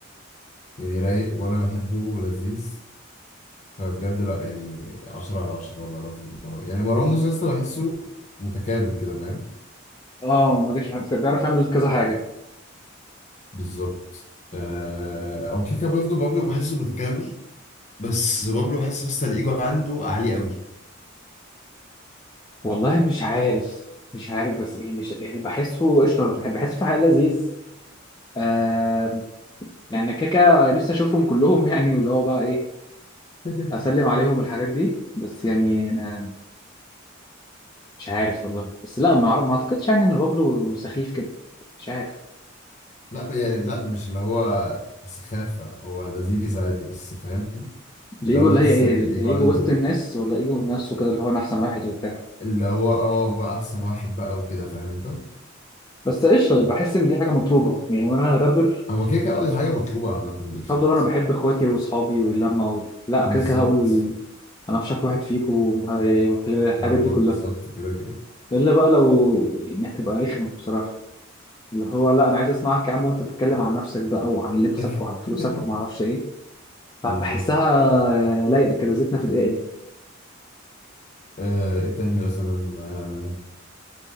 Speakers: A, on the left (about 35°); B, on the left (about 20°).
A: يعني رايق وانا بحبه ولذيذ لا بجد لا يعني عشرة على عشرة والله العظيم مروان- يعني مروان موسى لسه بحسه متكامل كده فاهم
B: اه ما ديش بيعرف يعمل كذا حاجة
A: بالظبط آه او كيكا برضه بابلو بحسه متكامل بس بابلو بحس لسه الايجو عنده عالي قوي
B: والله مش عارف مش عارف بس يعني مش يعني بحسه قشطة يعني بحسه في حق لذيذ آه يعني كيكة نفسي اشوفهم كلهم <laughs> يعني واللي هو بقى ايه
A: <laughs>
B: اسلم عليهم الحاجات دي بس يعني آه مش عارف والله بس لا ما أعرف- ما اعتقدش يعني ان بابلو سخيف كده مش عارف
A: لا يعني لا مش اللي هو سخافة هو لذيذ عادي بس فاهم
B: الايجو
A: اللي هو
B: اللي
A: بحس
B: هي ايه
A: ال-
B: الايجو
A: الإيجو عنده
B: وسط الناس ولا ايجو نفسه كده اللي هو انا احسن واحد وبتاع
A: اللي هو اه بقى أحسن واحد بقى وكده فاهم أنت
B: بس قشطه بحس ان دي حاجه مطلوبه يعني وانا رابر
A: هو كده كده اه دي حاجة مطلوبة عامة بالظبط
B: مش هفضل انا بحب اخواتي واصحابي واللمه و... لا
A: بالظبط
B: كده كده هقول انا افشخ واحد فيكم والحاجات
A: ما ما
B: دي كلها
A: بالظبط كده كده
B: الا بقى لو يعني هتبقى رخمه بصراحه اللي هو لا انا عايز اسمعك يا عم وانت بتتكلم عن نفسك بقى وعن لبسك
A: <laughs>
B: وعن فلوسك وما اعرفش
A: <laughs>
B: ايه فبحسها
A: بالظبط
B: لايقه كده زيتنا في دقيقه
A: آه إيه تاني مثلا آه